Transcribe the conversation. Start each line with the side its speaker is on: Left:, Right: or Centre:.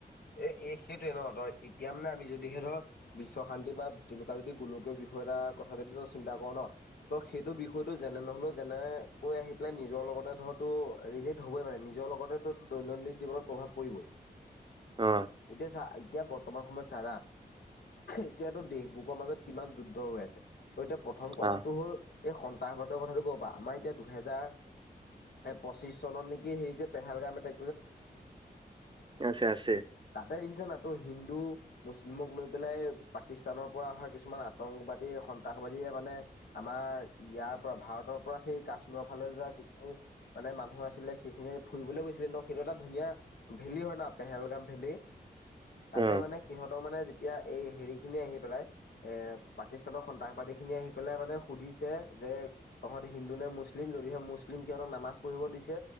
Left: এ এই সেইটোোৱে নহ তই এতিয়া মানে আমি যদিহে ধৰ বিশ্ব শান্তি বা তেনেকুৱা যদি গোলকীয় বিষয় এটা কথা যদি তই চিন্তা কৰ ন ত সেইটো বিষয়টো যেনে নহলেও যেনে কৈ আহি পেলাই নিজৰ লগতে ধৰ তো ৰিলেট হ'বই মানে নিজৰ লগতে তো দৈনন্দিন জীৱনত প্ৰভাৱ পৰিবই
Right: অ অ
Left: এতিয়া চা এতিয়া বৰ্তমান সময়ত চাৰা এতিয়াতো দেশবুকৰ মাজত কিমান যুদ্ধ হৈ আছে ত এতিয়া প্ৰথম কথাটো
Right: অ
Left: হ'ল এই সন্ত্ৰাসবাদৰ কথাটো ক পা আমাৰ এতিয়া দুহেজাৰ এ পঁচিশ চনত নেকি সেই যে পেহেলগাম এটা
Right: আছে আছে
Left: তাতে দেখিছা ন তো হিন্দু মুছলিমক লৈ পেলাই পাকিস্তানৰ পৰা অহা কিছুমান আতংকবাদী সন্ত্ৰাসবাদীয়ে মানে আমাৰ ইয়াৰ পৰা ভাৰতৰ পৰা সেই কাশ্মীৰৰ ফালে যোৱা যিখিনি মানে মানুহ আছিলে সেইখিনিয়ে ফুৰিবলৈ গৈছিলে ন সেইটো এটা ধুনীয়া ভেলী হয় ন পেহেলগাম ভেলি তাতে
Right: অ
Left: মানে সিহঁতক মানে এতিয়া এই হেৰি খিনি আহি পেলাই এ পাকিস্তানৰ সন্ত্ৰাসবাদী খিনি আহি পেলাই মানে সুধিছে যে তহঁত হিন্দু নে মুছলিম যদিহে মুছলিম সিহঁতৰ নামাজ পঢ়িব দিছে